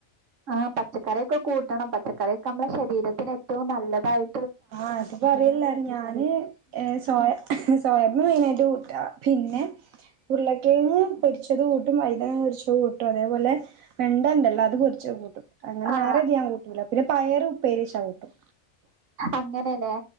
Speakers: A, on the right; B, on the right.
A: ആ പച്ചക്കറിയൊക്കെകൂട്ടണം പച്ചക്കറിയൊക്കെഅമ്മളശെരീരത്തിന് ഏറ്റവും നല്ലതായി
B: ആ അത് പറയില്ല ഞാന് ഏ സോയ സോയാബിമെയിനായിട്ട്കൂട്ട പിന്നെ ഉർളകെങ് പൊരിച്ചത്കൂട്ടും വൈതനപൊരിച്ചത് കൂട്ടും അതേപോലെ വെണ്ടണ്ടല്ലോ അത്പൊരിച്ചത്കൂട്ടും അങ്ങനെ
A: ആ
B: വേറേതും ഞാൻ കൂട്ടൂല പിന്നെ പയറ് ഉപ്പേരിച്ചാകൂട്ടും
A: അങ്ങനെല്ലേ